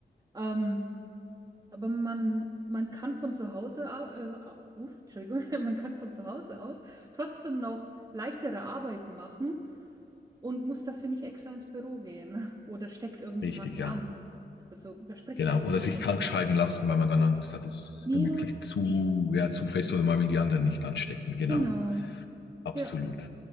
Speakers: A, on the right; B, on the left.
A: Ähm, aber man, man kann von zu Hause, au- äh, au- uh, Entschuldigung, <laughs> man kann von zu Hause aus trotzdem noch leichtere Arbeiten machen und muss dafür nicht extra ins Büro gehen <laughs> oder steckt irgendjemanden
B: richtig, ja.
A: an. Also, das spricht
B: Genau.
A: ja eigentlich
B: Oder
A: auch
B: sich
A: nur
B: krank
A: für sich.
B: schreiben lassen, weil man dann Angst hat, es ist
A: Ja,
B: dann wirklich zu, ja, zu fest oder man will die anderen nicht anstecken. Genau.
A: genau.
B: Absolut.
A: Ja.